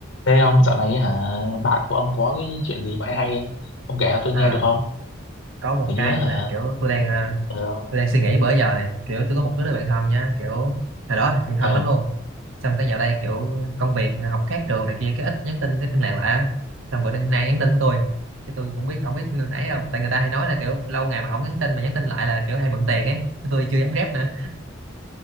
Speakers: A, on the left; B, on the right.
A: Thế ông dạo này hả bạn của ông có cái chuyện gì mà hay hay ông kể cho tôi
B: à,
A: nghe được không?
B: có một
A: Kiểu
B: cái
A: như hả
B: như là kiểu tôi đang à,
A: ờ ông nói-
B: tôi đang suy nghĩ bữa giờ này kiểu tôi có một đứa bạn thân nha kiểu hồi đó thì
A: ờ
B: thân lắm luôn xong cái dạo đây kiểu công việc học khác trường này kia cái ít nhắn tin ít liên lạc lại á. xong bữa nay nhắn tin với tôi cái tôi cũng biết không biết nên ấy không tại người ta hay nói là kiểu lâu ngày mà không nhắn tin mà nhắn tin lại là kiểu hay mượn tiền ấy Cái tôi chưa dám rep nữa